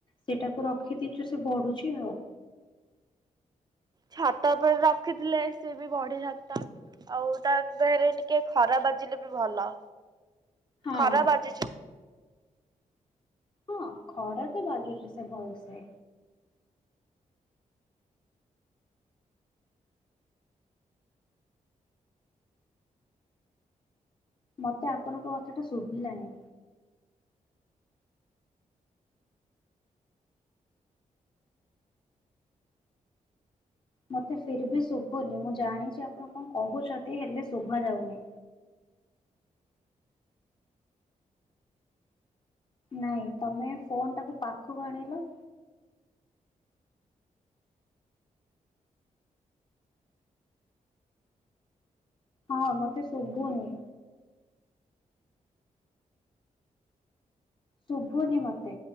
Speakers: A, on the left; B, on the right.
A: ସେଟାକୁ ରଖିଦେଇଚୁ ସେ ବଢୁଛି ଆଉ।
B: ଛାତ ଉପରେ ରଖିଥିଲେ ସେ ବି ବଢିଥାନ୍ତା, ଆଉ ତା ଦେହରେ ଟିକେ ଖରା ବାଜିଲେ ବି ଭଲ।
A: ହଁ
B: ଖରା ବାଜିଚି
A: ହଁ ଖରା ତ ବାଜୁଚି ସେ ଭଲସେ। ମୋତେ ଆପଣଙ୍କ କଥାଟା ଶୁଭିଲାନି। ମୋତେ ଫେର ବି ଶୁଭୁନି ମୁଁ ଜାଣିଚି ଆପଣ କଣ କହୁଚନ୍ତି ହେଲେ ଶୁଭା ଯାଉନି। ନାଇଁ ତମେ ଫୋନ୍ ଟାକୁ ପାଖକୁ ଆଣିଲ। ହଁ ମୋତେ ଶୁଭୁନି। ଶୁଭୁନି ମୋତେ,